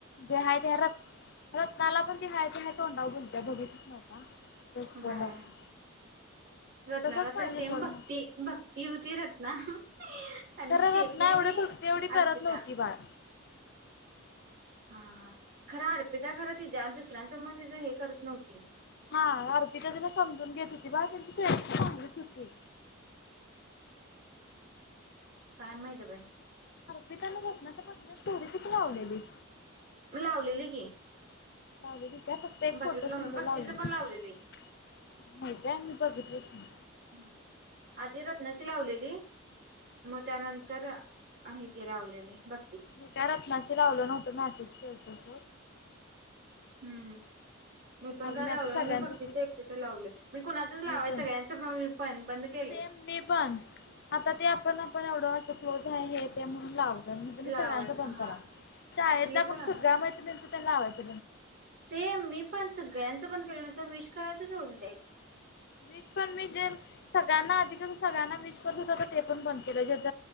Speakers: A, on the left; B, on the right.
A: जे हाय ते हाय र रत्नाला पण तेहायचे तोंडावर बोलत्या बघितलिस नव का बेस्ट फ्रेंड
B: बर
A: असून.
B: रत्नाला
A: तसंच पाहिजे
B: तर सेम
A: सोड
B: भक्ती
A: मग
B: भक्ती होती रत्ना आणि
A: खरं
B: स्टेपी
A: रत्ना
B: आणि
A: एवढे भक्ते एवढी
B: अर्पिता
A: करत नव्हती बाळ
B: हा खरा अर्पिता खरं ्या दुसऱ्यांसमोर तिझ हे करत नव्हं ते
A: हा अर्पिता तिला समजून घेत होती बा त्यांची पेळची चांगलीच होती
B: काय माहिती बाय
A: बी त्यां रोकना तर प स्टोरीचिक लावलेली
B: मी लावलेली की
A: ह रेडी का फक्त एक
B: बघितलो
A: फोटो समजर
B: मी भक्तीचं
A: लावले माहित
B: पण लावलेली
A: आहे मी बघितलंच ना
B: हम्म आधी रत्नाची लावलेली मग त्यानंतर आहे जे रावलेले बघ
A: मी का रखला लावलं नव्हत मॅसेज के तस
B: हम्म पण
A: अग
B: काय
A: मी
B: लावलो
A: आता
B: नाही
A: सगळ्यांच
B: भक्तीच एकटीच लावलोय मी कुणाचच लावाय
A: मी पण
B: सगळ्यांचं पण मी पण बंद केलंय
A: सेम मी पण आता ते आपण आपण एवढं अस क्लोज आहे हे ते म्हणून लावत म्हण मी
B: लावायचं
A: सगळ्यांच बंद
B: हा
A: करावं शाळेतला
B: मी
A: आपण
B: पण
A: सगळ्या मैत्रिणी त्यांनावत
B: सेम मी पण सगळ्यांचं बण केलं नसं विष करायचं सोडून द्यायचं
A: विश पण मी जे सगळ्यांना अधिक सगळ्यांना विश करत होत तर ते पण बंद केलं जे ज